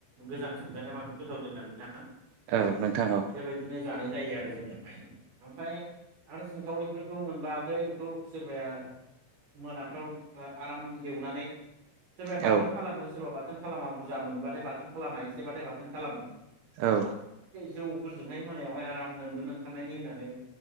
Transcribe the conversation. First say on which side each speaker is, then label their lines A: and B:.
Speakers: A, on the right (about 65°); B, on the right (about 85°).
A: गोजां सोमजानाया बांसिन गोथाव जायो नालाय नोंथां।
B: औ नोंथां औ नोंथां औ
A: बेबायदिनो जानाय जायो आरो। बे जोंनियावहाय। ओमफ्राय आरो सिंखावरिफोरखौ मोनबाथाय बेखौ सोरबाया मोनाफ्राव आराम एवनानै। सोरबाया
B: औ
A: बाथोन खालामो सोरबा बाथोन। खालामा बुरजा मोनोबाथाय बाथोन खालामा एसेबाथाय बाथोन खालामो।
B: औ।
A: जौ फोरजोंहाय मोनायावहाय आरामनो उन्दुनो ओंखारनायनि होननानै।